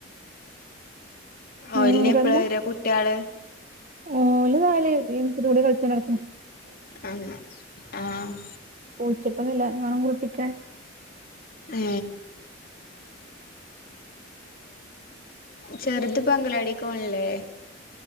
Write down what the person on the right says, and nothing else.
വേറെന്താ
ഓല് നാല് ടീമ്സിന്റെ കൂടെ കളിച്ചാണ്ട് നടക്കണ്
കുളിച്ചിട്ടൊന്നുല്ല ഇനിവേണം കുളുപ്പിക്കാൻ